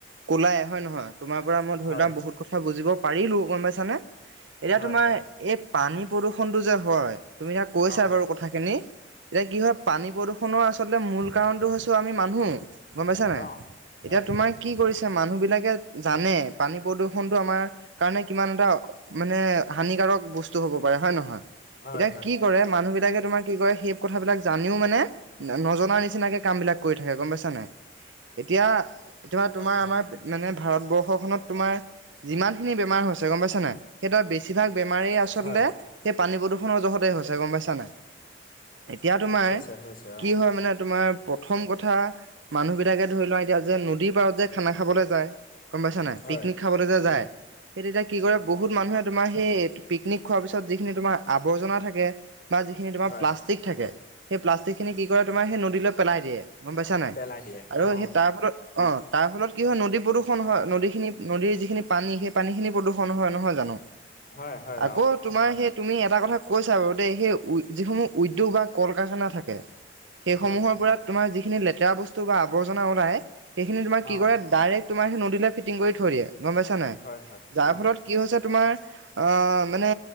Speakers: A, on the right (about 80°); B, on the left (about 45°).
A: ক'লাই হয় নহয়? তোমাৰ পৰা মই ধৰি
B: হয়
A: লোৱা বহুত কথা বুজিব পাৰিলোঁ গম পাইছানে এতিয়া
B: হয়
A: তোমাৰ
B: হয়
A: এই পানী প্ৰদূষণটো যে হয় তুমি তাক কৈছা
B: অ
A: বাৰু কথাখিনি এতিয়া কি হয় পানী প্ৰদূষণৰ আচলতে মূল কাৰণটো হৈছো আমি মানুহ। গম পাইছা নাই
B: অ
A: এতিয়া
B: হয়
A: তোমাক কি কৰিছে মানুহ বিলাকে জানে পানী প্ৰদূষণটো আমাৰ কাৰণে কিমান এটা মানে হানিকাৰক বস্তু হব পাৰে হয় নহয়?
B: হয়
A: এতিয়া
B: হয়
A: কি কৰে মানুহ বিলাকে তোমাৰ কি কয় সেই কথাবিলাক জানিও মানে নজনা নিচিনাকে কাম বিলাক কৰি থাকে গম পাইছা নাই। এতিয়া এতিয়াবা তোমাৰ
B: হয়
A: আমাৰ
B: হয়
A: মানে ভাৰতবৰ্ষখনত তোমাৰ যিমানখিনি বেমাৰ হৈছে গম পাইছা নাই। সেইতৱা বেছিভাগ বেমাৰী আচলতে
B: হয়
A: সেই পানী প্ৰদূষণৰ জহতেই হৈছে গম পাইছা নাই। এতিয়া তোমাৰ
B: হৈছে হৈছে অ
A: কি হয় মানে তোমাৰ প্ৰথম কথা মানুহবিলাকে ধৰি লুৱা এতিয়া যে নদীৰ পাৰত যে খানা খাবলৈ যায় গম পাইছা নাই
B: হয়
A: পিকনিক খাবলৈ যে
B: উম
A: যায় সেই তেতিয়া কি কৰে বহুত মানুহে তোমাৰ সেই পিকনিক খোৱা পাছত যিখিনি আবৰ্জনা থাকে বা যিখিনি
B: হয়
A: প্লাষ্ট- ঠিক থাকে সেই প্লাষ্টিক খিনি কি কৰে তোমাৰ সেই নদীলৈ পেলাই দিয়ে। গম পাইছা নাই
B: পেলাই দিয়ে
A: আৰু
B: অ
A: সেই তাৰ ফলত অ' তাৰ ফলত কি হয় নদী প্ৰদূষণ হয় নদীখিনি নদীৰ যিখিনি পানী সেই পানীখিনি প্ৰদূষণ হয় নহয় জানো
B: হয় হয়
A: আকৌ
B: অ
A: তোমাৰ সেই তুমি এটা কথা কৈছা বাৰু দেই সেই উ যিসমূহ উদ্যোগ বা কল কাৰখানা থাকে সেইসমূহৰ
B: হয়
A: পৰা তোমাৰ যিখিনি লেতেৰা বস্তু বা আৱৰ্জনা ওলাই সেইখিনি তোমাৰ কি
B: অ
A: কৰে ডাইৰেক্ট তোমাৰ সেই নদীলে ফিটিং কৰি থৈ দিয়ে গম পাইছা নাই,
B: হয় হয়
A: যাৰ
B: অ
A: ফলত কি হৈছে তোমাৰ অ, মানে